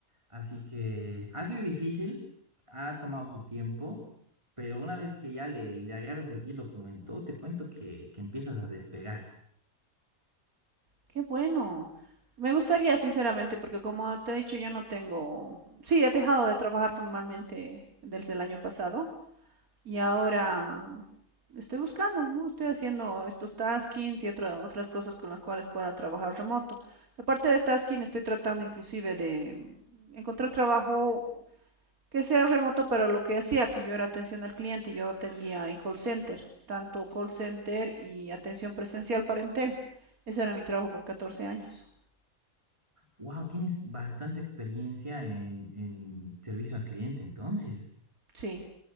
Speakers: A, on the right; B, on the right.
A: Así que ha sido difícil, ha tomado su tiempo, pero una vez que ya le, le agarras el hilo, como en todo, te cuento que, que empiezas a despegar.
B: Qué bueno. Me gustaría, sinceramente, porque como te he dicho, yo no tengo... Sí, he dejado de trabajar formalmente desde el año pasado y ahora estoy buscando, ¿no? Estoy haciendo estos taskings y otra- otras cosas con las cuales pueda trabajar remoto. Y aparte de tasking, estoy tratando inclusive de encontrar trabajo que sea remoto, pero lo que hacía, que yo era atención al cliente, yo atendía en call center, tanto call center y atención presencial para Entel. Ese era mi trabajo por 14 años.
A: Wow, tienes bastante experiencia en, en servicio al cliente, entonces.
B: Sí,